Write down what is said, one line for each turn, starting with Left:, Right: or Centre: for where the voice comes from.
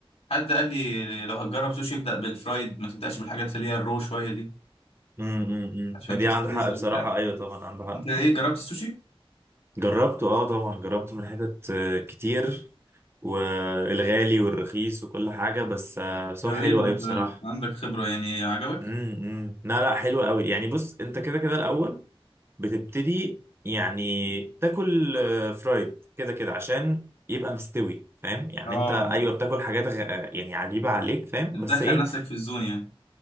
Left: حد قال لي لو هتجرب سوشي ابدا بالفرايد ما تبداش بالحاجات اللي هي الرو شويه دي
Right: امم امم
Left: عشان
Right: ما دي
Left: تستلذ
Right: عنده حق بصراحة
Left: وبتاع
Right: ايوه طبعا عنده حق
Left: انت ايه جربت السوشي
Right: جربته اه طبعا جربته من حتت آه، كتير والغالي والرخيص وكل حاجة بس آه، بس
Left: طب
Right: هو حلو
Left: ايه ده
Right: قوي
Left: انت
Right: بصراحة
Left: عندك خبره يعني عجبك
Right: امم امم. لا لا حلو قوي يعني بص انت كده كده الأول بتبتدي يعني تاكل آه، فرايد كده كده عشان يبقى مستوي فاهم يعني
Left: اه
Right: انت ايوه بتاكل حاجات غ... آه، يعني عجيبة عليك فاهم
Left: بتدخل
Right: بس ايه
Left: نفسك في الزون يعني